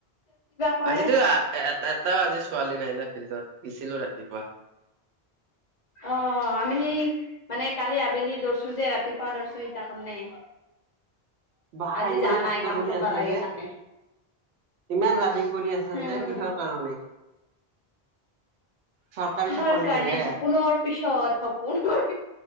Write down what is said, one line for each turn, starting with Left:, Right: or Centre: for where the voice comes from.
Left: কৰে
Right: আজিতো এ এটাও আজি ছোৱালী নাই না ফিল্ডত গছিলো ৰাতিপুৱা
Left: অ আমি মানে কালি আবেলি দৌৰিছো যে ৰাতিপুৱা দৌৰছো সতিাৰ কাৰণে
Right: বাহ
Left: আজি
Right: ইমান
Left: যা
Right: কষ্ট
Left: নাই কাম
Right: কৰি
Left: কৰবা
Right: আছা
Left: লাগে
Right: যে
Left: কাৰণে
Right: ইমান ৰাণিং কৰি আছা
Left: হম
Right: যে কিহৰ কাৰণে চৰকাৰী
Left: কিহৰ
Right: চাকৰি
Left: কাৰণে
Right: লাগে।
Left: সপোনৰ পিছত সোপনৰ